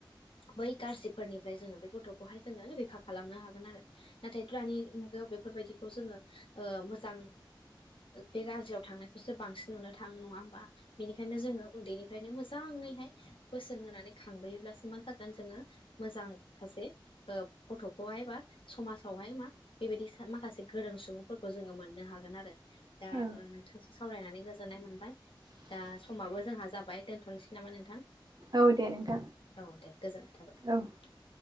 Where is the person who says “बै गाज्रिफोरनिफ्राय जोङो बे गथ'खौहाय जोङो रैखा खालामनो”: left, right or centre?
Left